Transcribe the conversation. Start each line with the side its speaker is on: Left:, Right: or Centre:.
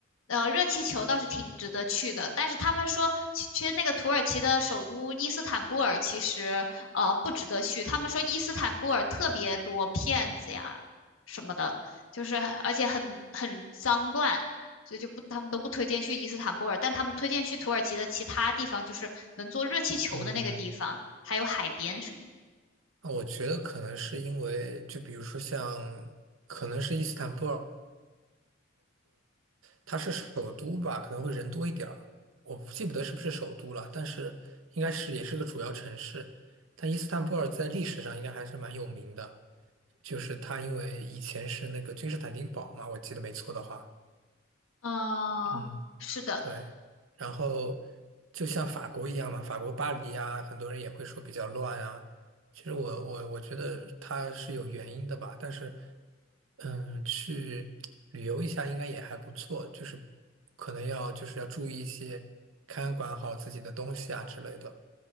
Left: 呃，热气球倒是挺值得去的。但是他们说，其其实那个土耳其的首都伊斯坦布尔其实，呃，不值得去。他们说伊斯坦布尔特别多骗子呀什么的，就是而且很很脏乱，所以就不他们都不推荐去伊斯坦布尔，但他们推荐去土耳其的其他地方，就是能坐热气球的那个地方，
Right: 嗯，
Left: 还有海边什么的
Right: 那我觉得可能是因为，就比如说像，可能是伊斯坦布尔。它是首都吧，可能会人多一点儿，我不记不得是不是首都了，但是应该是也是个主要城市。但伊斯坦布尔在历史上应该还是蛮有名的，就是它因为以前是那个君士坦丁堡嘛，我记得没错的话，
Left: 嗯，
Right: 嗯，
Left: 是的。
Right: 对，然后就像法国一样嘛，法国巴黎啊，很多人也会说比较乱啊。其实我我我觉得它是有原因的吧，但是，嗯，去旅游一下应该也还不错，就是可能要就是要注意一些，看管好自己的东西啊之类的。